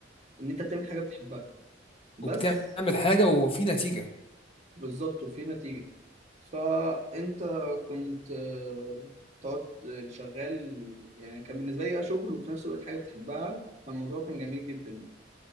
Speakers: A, on the right; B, on the left.
A: ان انت بتعمل حاجه بتحبها بس
B: وبتعمل حاجه وفي نتيجه
A: بالظبط وفي نتيجة فأنت كنت آه، تقعد آه، شغال يعني كان بالنسبة لي ده شغل وفي نفس الوقت حاجة بتحبها فالموضوع كان جميل جدا يعني